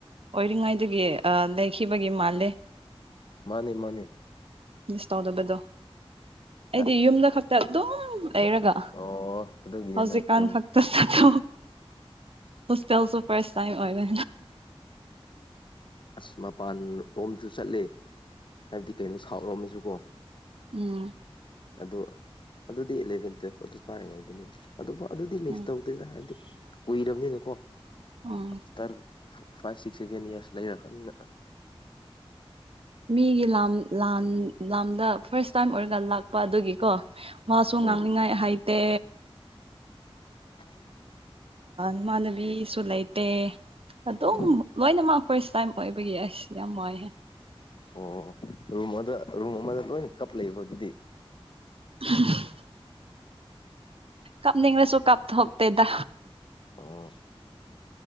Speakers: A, on the right; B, on the left.
A: ꯑꯣꯏꯔꯤꯉꯥꯏ ꯑꯗꯨꯒꯤ ꯑ ꯂꯩꯈꯤꯕꯒꯤ ꯃꯥꯂꯦ
B: ꯃꯥꯅꯤ ꯃꯥꯅꯤ
A: ꯁ ꯇꯥꯎꯗꯕꯗꯣ
B: ꯎꯝ
A: ꯑꯩꯗꯤ ꯌꯨꯝꯗ ꯈꯛꯇ ꯑꯗꯨꯝ ꯂꯩꯔꯒ
B: ꯑꯣ ꯑꯗꯨꯒꯤꯅꯦ
A: ꯍꯧꯖꯤꯛꯀꯥꯟ
B: ꯅꯪ ꯎꯝ
A: ꯈꯛꯇ ꯆꯠꯊꯣꯛ ꯍꯣꯁꯇꯦꯜꯁꯨ ꯐꯥꯔꯁ ꯇꯥꯏꯝ ꯑꯣꯏꯔꯦ
B: ꯑꯁ ꯃꯄꯥꯟ ꯔꯣꯝꯗꯁꯨ ꯆꯠꯂꯦ ꯍꯥꯏꯕꯗꯤ ꯀꯩꯅꯣ ꯁꯥꯎꯠ ꯂꯣꯝꯗꯁꯨ ꯀꯣ
A: ꯎꯝ
B: ꯑꯗꯣ ꯑꯗꯨꯗꯤ ꯑꯦꯂꯚꯦꯟ ꯇꯨꯋꯦꯜꯞ ꯑꯗꯨ ꯀꯥꯔꯤꯉꯩꯗꯅꯤꯅ ꯑꯗꯨꯣ ꯑꯗꯨꯗꯤ ꯃꯤꯁ
A: ꯎꯝ
B: ꯇꯧꯗꯦꯗ ꯍꯥꯏꯕꯗꯤ ꯀꯨꯏꯔꯕꯅꯤꯅꯀꯣ
A: ꯎꯝ
B: ꯑꯐꯇꯔ ꯐꯥꯏꯚ ꯁꯤꯛꯁ ꯁꯚꯦꯟꯔꯁ ꯂꯩꯔꯀꯅꯤꯅ
A: ꯃꯤꯒꯤ ꯂꯥꯝ ꯂꯥꯟ ꯂꯥꯝꯗ ꯐꯥꯔꯁ ꯇꯥꯏꯝ ꯑꯣꯏꯔꯒ ꯂꯥꯛꯄ ꯑꯗꯨꯒꯤꯀꯣ ꯃꯥꯁꯨ ꯉꯥꯡꯅꯤꯡꯉꯥꯏ
B: ꯎꯝ
A: ꯍꯥꯏꯇꯦ
B: ꯍꯥꯏꯦ
A: ꯏꯃꯥꯟꯅꯕꯤꯁꯨ ꯂꯩꯇꯦ ꯑꯗꯨꯝ
B: ꯎꯝ
A: ꯂꯣꯏꯅꯃꯛ ꯐꯥꯔꯁ ꯇꯥꯏꯝ ꯑꯣꯏꯕꯒꯤ ꯑꯩꯁ ꯌꯥꯝ ꯋꯥꯅꯨꯡꯏꯍꯦ
B: ꯑꯣ ꯔꯨꯝ ꯑꯃꯗ ꯔꯨꯝ ꯑꯃꯗ ꯂꯣꯏꯅ ꯀꯞ ꯂꯩꯕ ꯑꯗꯨꯗꯤ
A: <inaudible> ꯀꯞꯅꯤꯡꯅꯁꯨꯣ ꯀꯞꯇ ꯍꯣꯇꯗ
B: ꯑꯣ